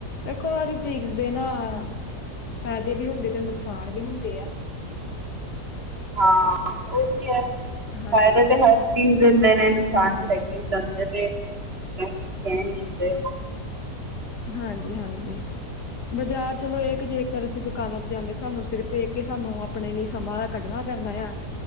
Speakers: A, on the left; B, on the right.
A: ਦੇਖੋ ਹਰ ਇੱਕ ਚੀਜ਼ ਦੇ ਨਾ- ਫਾਇਦੇ ਵੀ ਹੁੰਦੇ, ਤੇ ਨੁਕਸਾਨ ਵੀ ਹੁੰਦੇ ਆ-
B: ਹਾਂ ਉਹ ਵੀ ਹੈ,
A: ਹਾਂਜੀ
B: ਫਾਇਦੇ ਤੇ ਹੈ- ਚੀਜ਼ ਦਿੰਦੇ ਨੇ ਨੁਕਸਾਨ ਵੀ ਹਰ ਚੀਜ਼ ਦਾ ਹੁੰਦੇ ਤੇ, ਅਸੀ ਕਹ ਨੀ ਸਕਦੇ।
A: ਹਾਂਜੀ-ਹਾਂਜੀ। ਬਜ਼ਾਰ ਚਲੋ ਏ ਕਿ ਜੇਕਰ ਅਸੀਂ ਦੁਕਾਨਾਂ ਤੇ ਜਾਂਨੇ ਆ, ਸਾਨੂੰ ਸਿਰਫ ਏ ਕੀ ਸਾਨੂੰ ਆਪਣੇ ਲਈ ਸਮਾਂ ਕੱਢਣਾ ਪੈਂਦਾ ਏ ਆ